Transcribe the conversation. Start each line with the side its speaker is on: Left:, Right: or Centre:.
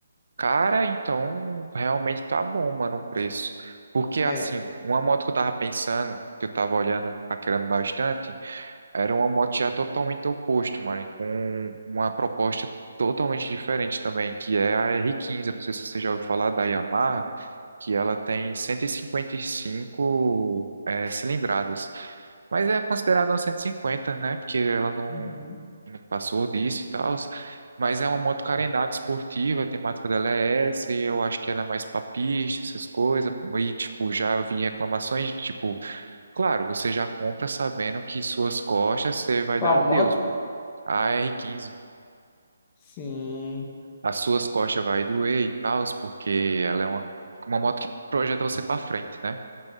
Right: Cara, então realmente tá bom, mano, o preço. Porque assim,
Left: É.
Right: uma moto que eu tava pensando, que eu tava olhando, paquerando bastante. Era uma moto já totalmente oposto, mano, com uma proposta totalmente diferente também, que é a R15, eu não sei se você já ouviu falar da Yamaha, que ela tem 155 eh, cilindradas, mas é considerada uma 150, né, porque ela não,
Left: Uhum.
Right: não passou disso e tal, mas é uma moto carenada esportiva, a temática dela é essa, e eu acho que ela é mais pra pista, essas coisas, e, tipo, já vi reclamações, de, tipo, Claro, você já compra sabendo que suas costas você vai
Left: Qual
Right: dar adeus,
Left: moto?
Right: mano. A R15,
Left: Sim.
Right: as suas costas vai doer e tal, porque ela é uma, uma moto que projeta você pra frente, né?